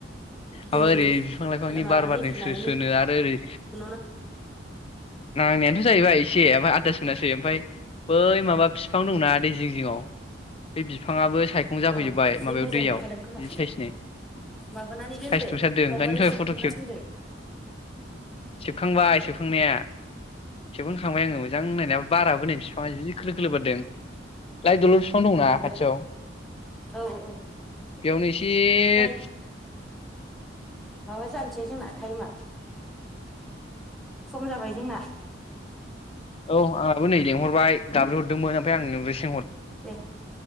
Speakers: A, in the centre; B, on the left.
A: दैयाव
B: माबा ओरै
A: रिफि
B: बिफां लाइफांनि
A: माबा
B: बार बारजों
A: रिफिनानै
B: स्रो स्रोनो आरो ओरै
A: नोंनाव
B: नांनायाथ जाहैबाय एसे आनदास मोनासै ओमफ्राय बै माबा बिफां दंना दै जिं जिङाव बे बिफाङाबो साइखं
A: नां
B: जाफैजोब्बाय
A: औ जि
B: माबायाव
A: मोजां
B: दैयाव
A: नुखादों खोमा
B: जि साइसनो
A: माबानानै दोनदो
B: साइस नुथारदों
A: सावगारि
B: ओंखायनो दहाय
A: सेबखांना
B: फट खेब
A: दोनदो
B: सेबखांबाय
A: औ
B: सेबखांनाया सेबखां खांबाय आङो मोजां नायना बाराबो नै बिफाङा जि खोलो खोलो बारदों। लाइ दलर फिफां दंना
A: बरिया
B: खाथियाव
A: औ औ
B: बेयावनो एस एयेद
A: नै माबा जानोसै जोंना टाइमा। सम जाबाय जोंना।
B: औ आंहाबो नै लेंहरबाय गाबज्रिहरदोंमोन ओमफाय आंनो <unintelligible>
A: दे